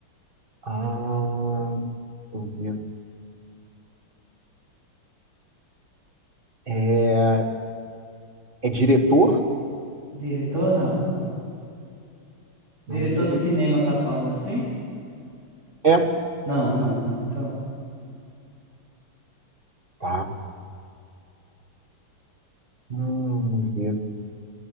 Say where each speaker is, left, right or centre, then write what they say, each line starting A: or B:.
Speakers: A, on the right; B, on the right.
A: Ah, deixa eu ver. É, é diretor?
B: Diretor, não. Não. Diretor
A: Não é diretor.
B: de cinema tá falando assim?
A: É,
B: Não, não, não. Então,
A: tá. Hum, vamos ver.